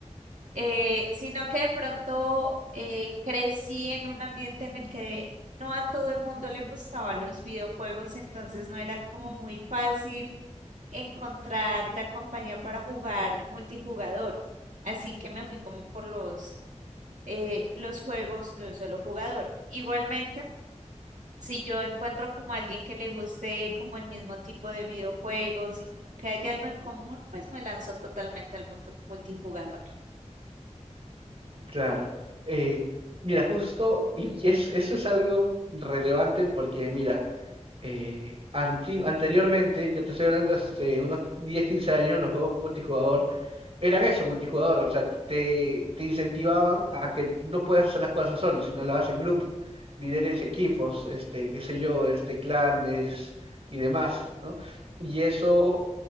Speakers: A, on the right; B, on the right.
A: eh, sino que de pronto eh, crecí en un ambiente en el que no a todo el mundo le gustaban los videojuegos, entonces no era como muy fácil encontrar la compañía para jugar multijugador. Así que me fui como por los, eh, los juegos de un solo jugador. Igualmente si yo encuentro como alguien que le guste como el mismo tipo de videojuegos y como que haya algo en común, pues me lanzo totalmente al mundo multijugador.
B: Claro. Eh, mira, justo, y es, eso es algo relevante porque, mira, eh, anti- anteriormente, ya te estoy hablando hace unos 10 15 años, los juegos multijugador eran eso, multijugador, o sea, te, te incentivaban a que no puedas hacer las cosas solo, sino las haces en grupo, líderes, equipos, este, qué sé yo, este, clanes y demás, ¿no? Y eso,